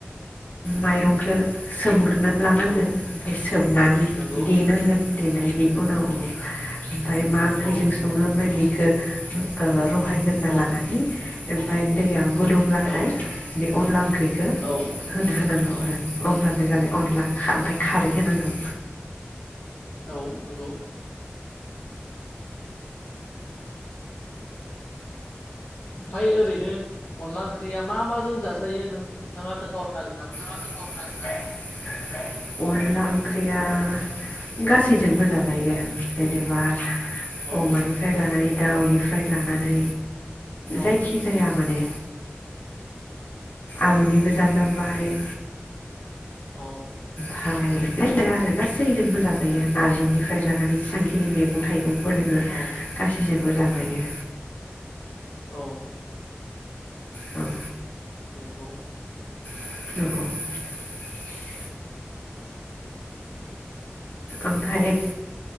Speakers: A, on the left (about 50°); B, on the left (about 70°).
A: माइरंखौ सोमग्रोना लानांगोन
B: औ
A: ओमफ्राय सोबनानै
B: नंगौ
A: देनांगोन देनायनि उनाव ओमफ्राय मा ओंख्रिजों
B: औ
A: सङो ओमफ्राय बेखौ रहायग्रा लानानै
B: औ
A: ओमफफ्राय दैया गोदौब्लाथाय
B: औ
A: बे अनला ओंख्रि बेखौ
B: औ
A: होना होनांगौ आरो अब्लानो
B: उम
A: जाबाय अनला ओमफ्राय खारै होनांगौ
B: औ नंगौ ओमफाय ओरैनो अनला ओंख्रिया मा मा जों जाजायो नों नोंथाङा खोन्थाहरनो हागोन नामा
A: <inaudible> अनला ओंख्रिया गासैजोंबो जाजायो जेनेबा
B: औ
A: अमानिफ्राय लानानै दाउनिफ्राय लानानै
B: औ
A: जायखि जाया माने आलुनिबो जाजाबाय
B: औ
A: फ्राय‌ आरो गासैजोंबो जाजायो नारजिनिफ्राय लानानै जेसेबांखिनि मैगं थाइगं फोरनोङो
B: औ
A: गासैजोंबो जाजायो
B: औ
A: औ
B: नोंगौ
A: <unintelligible> ओमफाय